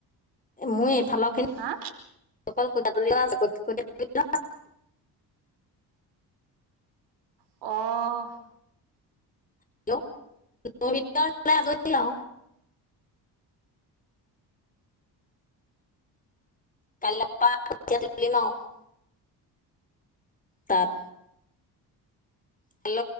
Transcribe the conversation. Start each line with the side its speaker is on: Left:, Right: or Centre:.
Left: মোৰ এইফালৰখিনি <inaudible>
Right: হা
Left: অকল কঠিয়া ধৰি ডৰা আছে। কঠিয়া <unintelligible>
Right: অ! <inaudible>
Left: হেল্লো! <inaudible> আজৰি আৰু। কাইলৰ পৰা কঠীয়া তুলিম আৰু। <inaudible> তাত। <inaudible> হেল্ল!